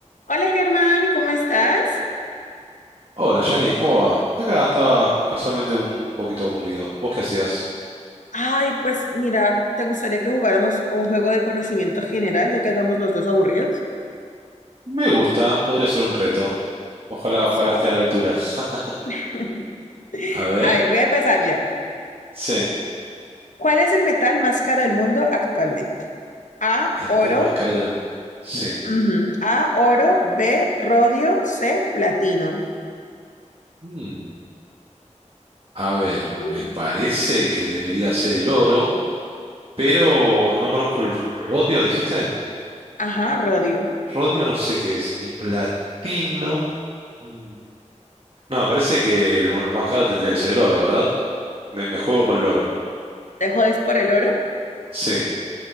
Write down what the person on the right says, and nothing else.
Hola, Yanni, ¿cómo va? Acá estaba casualmente un, un poquito aburrido. ¿Vos qué hacías?
Me gusta, podría ser un reto. Ojalá,
ojalá esté a la altura. <laughs>
A ver,
sí,
el
metal más caro del... Sí.
Mm, A ver, me
parece que debería ser el oro, pero no conozco el r- rodio, ¿dijiste?
Rodio no sé qué es. Y platino... mm, No, me parece que el lo más caro tendría que ser el oro, ¿verdad? Me, me juego por el oro.
Sí.